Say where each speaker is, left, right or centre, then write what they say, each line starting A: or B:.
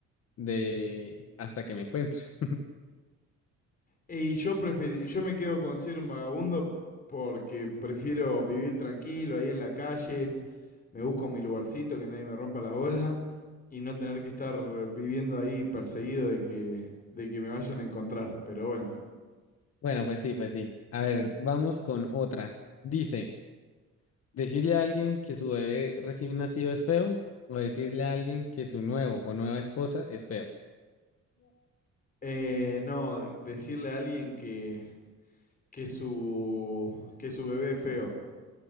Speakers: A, on the left; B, on the left.
A: de hasta que me encuentren. <laughs>
B: Y yo prefer- yo me quedo con ser un vagabundo porque prefiero vivir tranquilo ahí en la calle, me busco mi lugarcito, que nadie me rompa las bolas y no tener que estar viviendo ahí perseguido de que, de que me vayan a encontrar. Pero bueno,
A: Bueno, pues sí, pues sí. A ver, vamos con otra. Dice. Decirle a alguien que su bebé recién nacido es feo o decirle a alguien que su nuevo o nueva esposa es feo.
B: eh, no, decirle a alguien que, que su, que su bebé es feo.